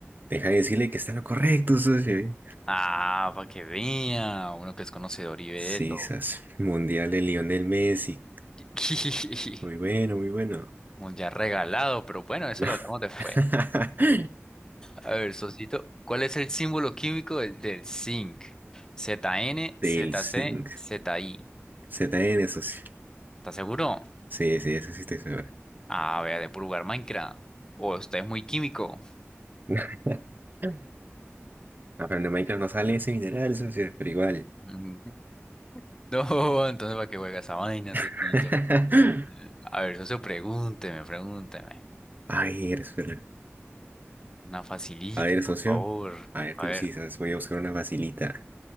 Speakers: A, on the right; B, on the left.
A: deja de decirle que está en lo correcto, socio.
B: Ah, para que vea, uno que es conocedor y ve
A: Sí,
B: eso.
A: sas. Mundial de Lionel Messi.
B: <laughs>
A: Muy bueno, muy bueno.
B: Mundial regalado, pero bueno, eso
A: No.
B: lo hablamos después.
A: <laughs>
B: A ver, Sosito, ¿cuál es el símbolo químico del, del zinc? ZN,
A: Del
B: ZC,
A: Zinc.
B: ZI.
A: ZN, socio.
B: ¿Estás seguro?
A: Sí, sí, eso sí estoy seguro.
B: Ah, vea, de puro jugar Minecraft. O usted es muy químico.
A: <laughs> Ah, pero en Minecraft no sale ese mineral, socio, pero igual.
B: Mm, <laughs> No, entonces ¿para qué juega esa vaina, Sosito?
A: <laughs>
B: A ver, socio, pregúnteme, pregúnteme.
A: Ay, eres ver.
B: Una facilita,
A: A ver,
B: por
A: socio.
B: favor.
A: A ver, te
B: A ver,
A: usas, voy a buscar una facilita.